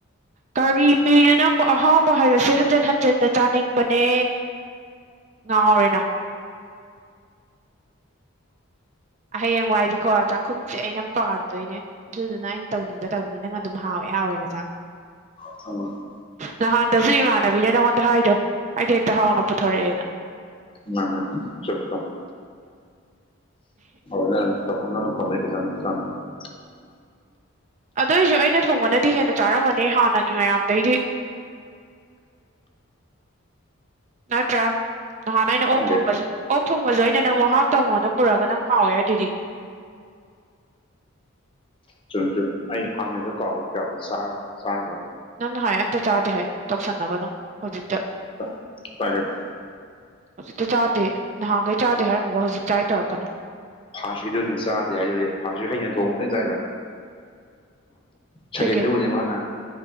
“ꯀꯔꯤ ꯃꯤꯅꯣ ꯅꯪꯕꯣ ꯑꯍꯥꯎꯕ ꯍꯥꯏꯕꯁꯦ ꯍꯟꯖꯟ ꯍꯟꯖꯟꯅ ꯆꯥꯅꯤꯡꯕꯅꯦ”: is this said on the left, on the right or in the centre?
Right